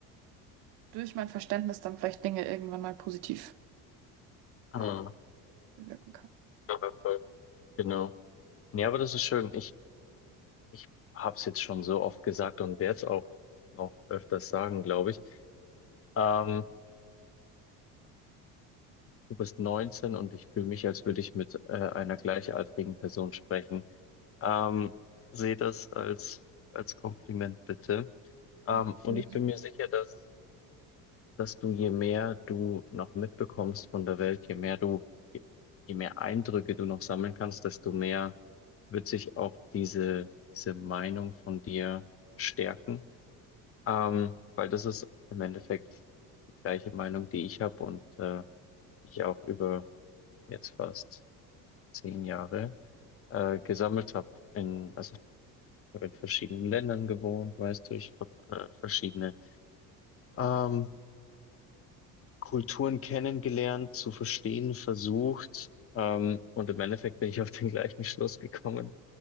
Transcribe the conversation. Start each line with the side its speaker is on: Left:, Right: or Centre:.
Right: durch mein Verständnis dann vielleicht Dinge irgendwann mal positiv, ja,
Left: Mhm.
Right: bewirken kann.
Left: Ja, Genau. Nee, aber das ist schön. Ich, ich habe es jetzt schon so oft gesagt und werde es auch noch öfters sagen, glaube ich. Ähm, du bist 19 und ich fühle mich, als würde ich mit äh, einer gleichaltrigen Person sprechen. Ähm, sehe das als, als Kompliment bitte.
Right: Dankeschön.
Left: Ähm, und ich bin mir sicher, dass dass du, je mehr du noch mitbekommst von der Welt, je mehr du, je, je mehr Eindrücke du noch sammeln kannst, desto mehr wird sich auch diese, diese Meinung von dir stärken. Ähm, weil das ist im Endeffekt die gleiche Meinung, die ich habe und äh, ich auch über jetzt fast zehn Jahre äh, gesammelt habe. In, also ich hab in verschiedenen Ländern gewohnt, weißt du, ich habe äh, verschiedene ähm, Kulturen kennengelernt, zu verstehen versucht. Ähm, und im Endeffekt bin ich auf den gleichen Schluss gekommen,